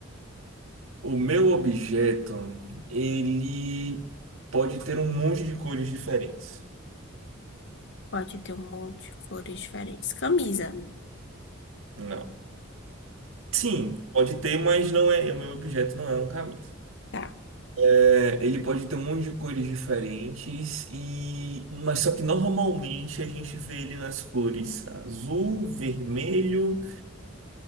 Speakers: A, on the right (about 75°); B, on the left (about 60°).
A: O meu objeto, ele pode ter um monte de cores diferentes.
B: Pode ter um monte de cores diferentes. Camisa.
A: Não. Sim, pode ter, mas não é. O meu objeto não é uma camisa.
B: Tá.
A: É, ele pode ter um monte de cores diferentes e, mas só que normalmente a gente vê ele nas cores azul, vermelho,